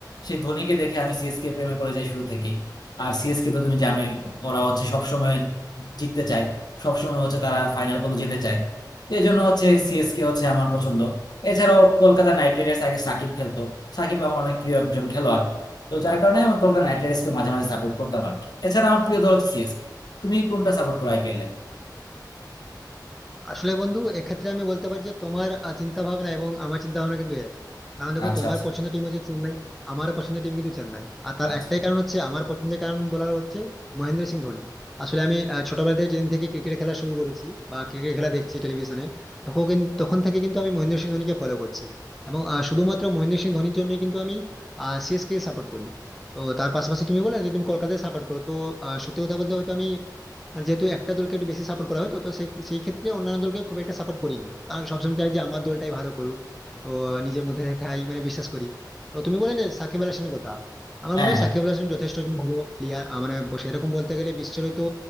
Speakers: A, on the left; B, in the centre.
A: সেই ধোনিকে দেখে আমি সিএসকে প্রেমে পড়ে যাই শুরু থেকেই আর সিএসকে তো তুমি জানোই ওরা হচ্ছে সবসময় জিততে চায় সবসময় হচ্ছে তারা ফাইনাল পর্যন্ত যেতে চায় এই জন্য হচ্ছে সিএসকে হচ্ছে আমার পছন্দ এছাড়াও কলকাতা নাইট রাইডার্স আগে সাকিব খেলতো সাকিব আমার অনেক প্রিয় একজন খেলোয়াড় তো যার কারণে আমার কলকাতা নাইট রাইডার্সকে মাঝে মাঝে সাপোর্ট করতাম আর কি। এছাড়া আমার প্রিয় দল হচ্ছে সিএসকে তুমি কোনটা সাপোর্ট করো আইপিএল এ
B: আসলে বন্ধু এক্ষেত্রে আমি বলতে পারি যে তোমার চিন্তা ভাবনা এবং আমার চিন্তা ভাবনা কিন্তু এক কারণ দেখো
A: আচ্ছা
B: তোমার
A: আচ্ছা
B: পছন্দের টিম হচ্ছে চেন্নাই আমার পছন্দের টিম কিন্তু চেন্নাই আর তার
A: আচ্ছা
B: একটাই কারণ হচ্ছে আমার পছন্দের কারণ বলার হচ্ছে মহেন্দ্র সিং ধোনি আসলে আমি আহ, ছোটবেলা থেকে যেদিন থেকে ক্রিকেট খেলা শুরু করেছি বা ক্রিকেট খেলা দেখছি টেলিভিশনে তখন কিন- তখন থেকে কিন্তু আমি মহেন্দ্র সিং ধোনিকে ফলো করছি এবং আহ, শুধুমাত্র মহেন্দ্র সিং ধোনির জন্যই কিন্তু আমি সিএসকে সাপোর্ট করি তো তার পাশাপাশি তুমি বলে যদি তুমি কলকাতায় সাপোর্ট করো তো আহ, সত্যি কথা বলতে হয়তো আমি আর যেহেতু একটা দলকে একটু বেশি সাপোর্ট করা হয় তো তো সেই সেই ক্ষেত্রে অন্যান্য দলকে খুব একটা সাপোর্ট করি না কারণ সবসময় চাই যে আমার দলটাই ভালো করুক তো নিজের মধ্যে এটাই মানে বিশ্বাস করি তো তুমি বলে যে সাকিব আল হাসানের কথা আমার
A: হ্যাঁ
B: মনে হয়
A: হ্যাঁ
B: সাকিব আল হাসান যথেষ্ট একজন ভালো প্লেয়ার মানে ব- সেরকম বলতে গেলে বিশ্বের হয়তো